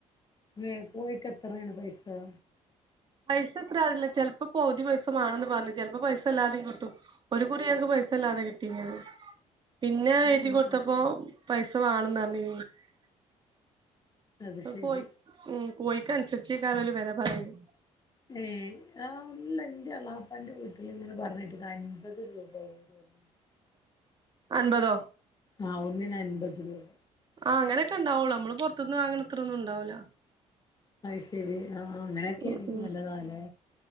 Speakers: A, on the left; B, on the right.
A: <unintelligible> കോഴിക്കെത്രേണ് പൈസാ
B: പൈസ എത്ര അറില്ല ചിലപ്പോ പൊതി പൈസമാണന്ന് പറഞ്ഞു. ചെലപ്പോ പൈസ അല്ലാതെയും കിട്ടും ഒരു കുറി <unintelligible> <unintelligible> കിട്ടിക്ണ് പിന്നെ
A: ഉം
B: എഴുതി
A: ഉം
B: കൊടുത്തപ്പോ
A: ഉം
B: പൈസ വേണംന്ന് പറഞ്ഞ്.
A: അത് ശരി
B: കോഴി ഉം കോഴിക്ക് അനുസരിച്ച് ആയിക്കാരം ഓര് വെല പറയല്.
A: ഏ ആ അല്ല ഇന്റെ എളാപ്പാന്റെ വീട്ടിൽ ഇങ്ങനെ പറഞ്ഞ് <unintelligible> <unintelligible>
B: <inaudible> അൻപതോ
A: ആ ഒന്നിന് അൻപത് രൂപ.
B: ആഹ അങ്ങനൊക്കെ ഉണ്ടാവുള്ളൂ നമ്മള് പുറത്തനിന്ന് വാങ്ങണത്ര ഒന്നും ഉണ്ടാവൂല.
A: അയ്‌ശെരി അങ്ങനൊക്കെണെങ്കി
B: ഉം ഉം
A: നല്ലതാ ലേ.